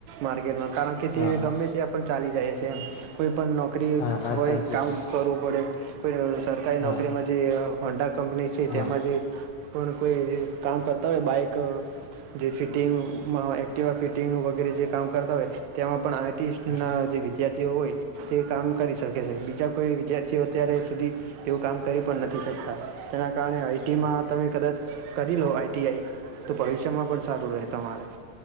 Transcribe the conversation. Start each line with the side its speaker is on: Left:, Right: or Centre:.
Right: માર્કેટમાં કારણ કે
Left: હા
Right: તે
Left: હા
Right: ગમે ત્યાં પણ ચાલી જાય છે કોઈ પણ નોકરી
Left: હા વાત
Right: હોય
Left: સાચી
Right: કામ
Left: છે
Right: કરવું પડે કો સરકારી
Left: હા
Right: નોકરીમાં જે ઓંડા કંપની છે
Left: હા
Right: તેમાં જે પણ કોઈ કામ કરતા હોય બાઈક જે ફિટિંગમાં એક્ટિવા ફિટિંગનું વગેરે જે કામ કરતા હોય તેમાં પણ આર્ટિસ્ટના
Left: હા હા
Right: જે વિદ્યાર્થીઓ હોય તે કામ કરી શકે છે
Left: હા
Right: બીજા વિદ્યાર્થીઓ અત્યારે સુધી એવું કામ કર પણ નથી <unintelligible> કાલે આઈટીમાં
Left: હા
Right: તમે કદાચ કરી લો આઈટીઆઈ <inaudible> એમાં પણ સારું રહે તમારે